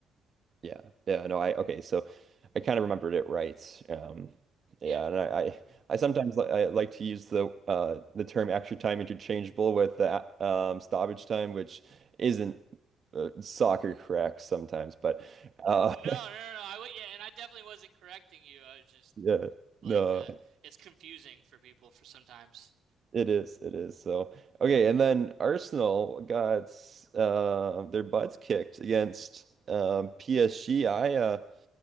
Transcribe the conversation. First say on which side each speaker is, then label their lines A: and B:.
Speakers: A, on the right; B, on the right.
A: Yeah. Yeah. No, I okay. So I kind of remembered it right. Um, yeah,
B: Yeah.
A: and I, I, I sometimes li I like to use the uh the term extra time interchangeable with the a- um stoppage time, which isn't uh, soccer correct sometimes, but uh
B: No,
A: <laughs>
B: no, no, no. I would, yeah, and I definitely wasn't correcting you. I was just
A: yeah,
B: like,
A: no,
B: uh, it's confusing for people for sometimes.
A: it is, it is. So okay, and then Arsenal got uh their butts kicked against um PSG. I uh,